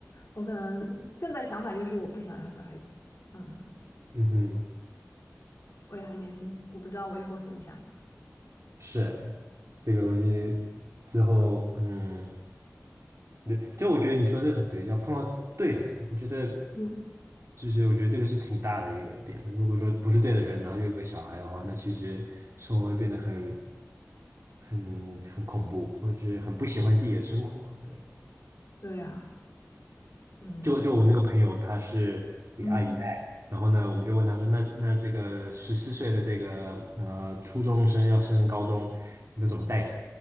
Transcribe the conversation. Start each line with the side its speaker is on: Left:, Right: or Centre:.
Left: 我可能现在想法就是我不想要小孩子，嗯，
Right: 嗯哼，
Left: 我也还年轻，我不知道我以后怎么想。
Right: 是这个东西之后，嗯。对，就我觉得你说这个很对，要碰到对的人，我觉得
Left: 嗯，
Right: 就是我觉得这个是挺大的一个点。如果说不是对的人，然后又有个小孩的话，那其实生活会变得很很很恐怖，或者是很不喜欢自己的生活。对。
Left: 对呀。嗯
Right: 就就我那个朋友，他是给阿姨带，
Left: 嗯
Right: 然后呢，我们就问他说，那那这个十四岁的这个呃初中生要升高中，你都怎么带他？